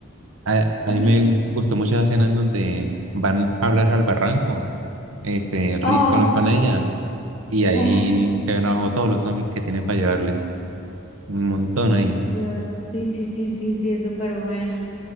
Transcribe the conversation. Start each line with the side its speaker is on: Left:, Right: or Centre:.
Right: A, a mí
Left: ay,
Right: me
Left: qué,
Right: gustó mucho esa escena en donde van a hablar al barranco, este, Rick
Left: oh,
Right: con, con ella, y
Left: sí,
Right: ahí se ven abajo todos los zombies que tienen para llevarles. Un montón
Left: ay,
Right: ahí.
Left: Dios, sí, sí, sí, sí, sí, es súper buena.